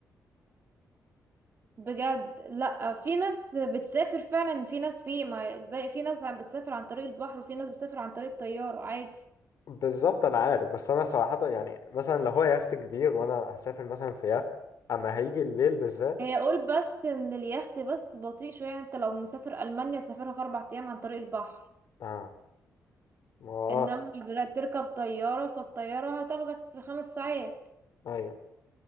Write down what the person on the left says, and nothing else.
بالظبط انا عارف بس انا صراحة يعني مثلا لو هو يخت كبير وانا هسافر مثلا في يخت اما هيجي الليل بالذات
اه ما
آه،
ايوه